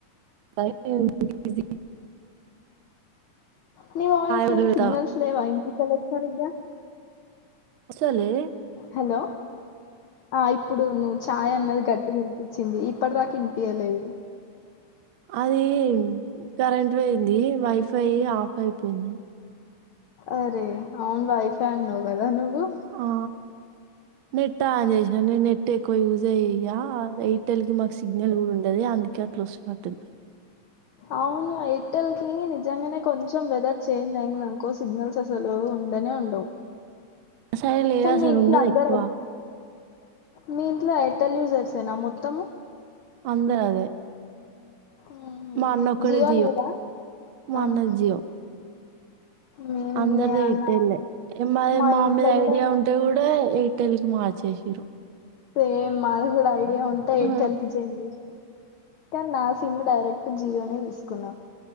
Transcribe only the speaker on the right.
క్య ఏం బిజీ బిజీ
కూడా పెడతా
సాలే
అది కరెంట్ పోయింది. వైఫై ఆఫ్ అయిపోయింది.
ఆ నెట్ ఆన్ చేసిన నీ నెట్ ఎక్కువ యూజ్ అయ్యా, ఎయిర్టెల్ కి మాకు సిగ్నల్ కూడా ఉండది. అందుకే అట్లా వస్తున్నట్టుంది.
సరే లే
అసలు
ఉండదు.
ఎక్కువ
అందరా అదే
మా అన్న ఒక్కడే జియో,
మా
అన్నది జియో.
అందరిదీ ఎయిర్టెల్ మాది
మామ్మీ
ఐడియా ఉంటే కూడా ఎయిర్ యిర్టెల్ కి మార్చేసిర్రు.
ఆ,